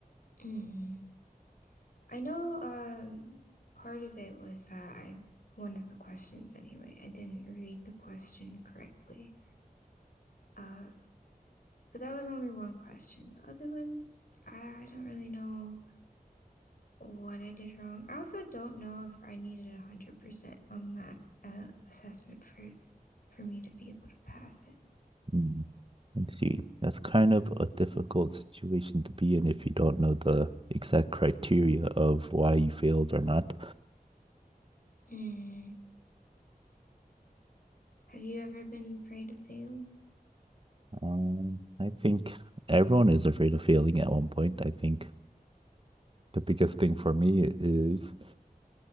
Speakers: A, on the left; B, on the right.
A: Mm. I know um part of it was that I one of the questions anyway. I didn't read the question correctly. Uh, but that was only one question. The other ones, I, I don't really know what I did wrong. I also don't know if I needed 100% on that uh, assessment for for me to be able to pass it.
B: Hmm, Let's see. That's kind of a difficult situation to be in if you don't know the exact criteria of why you failed or not.
A: Mm. Have you ever been afraid of failing?
B: Um, I think everyone is afraid of failing at one point. I think the biggest thing for me is